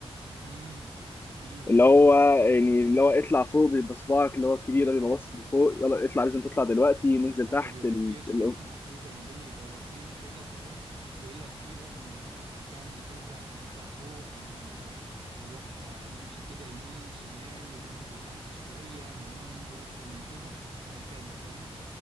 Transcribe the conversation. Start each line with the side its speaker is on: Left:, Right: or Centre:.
Right: امم اكيد
Left: اللي هو يعني اللي هو اطلع فوق بيبقى صباعك اللي هو الكبير ده بيبقى باصص لفوق يلا اطلع لازم تطلع دلوقتي ننزل
Right: ايوه
Left: تحت
Right: بيبقى
Left: ال...
Right: فيه اشارات
Left: ال...
Right: محفوظه ما بين الغواصين كده فاهم يقول لك فيهم آه، هتعمل كذا هنطلع فوق هن آه، هنروح آه، نمشي كده يمين شمال هننزل تحت شويه ممنوع ننزل اكتر من كده وهكذا فاهم